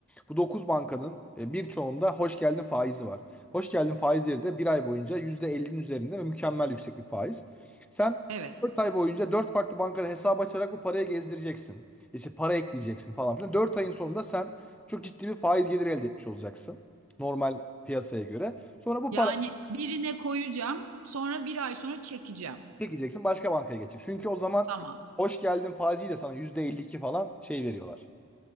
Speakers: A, in the centre; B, on the right (about 70°).
A: Bu 9 bankanın e, birçoğunda hoş geldin faizi var. Hoş geldin faizleri de bir ay boyunca %50'nin üzerinde ve mükemmel yüksek bir faiz. Sen
B: Evet.
A: 4 ay boyunca 4 farklı bankada hesap açarak bu parayı gezdireceksin. İşte para ekleyeceksin falan filan. 4 ayın sonunda sen çok ciddi bir faiz geliri elde etmiş olacaksın. Normal piyasaya göre. Sonra bu
B: Yani birine koyacağım, sonra bir ay sonra çekeceğim.
A: Çekeceksin başka bankaya geçecek. Çünkü o zaman
B: Tamam.
A: hoş geldin faiziyle sana %52 falan şey veriyorlar.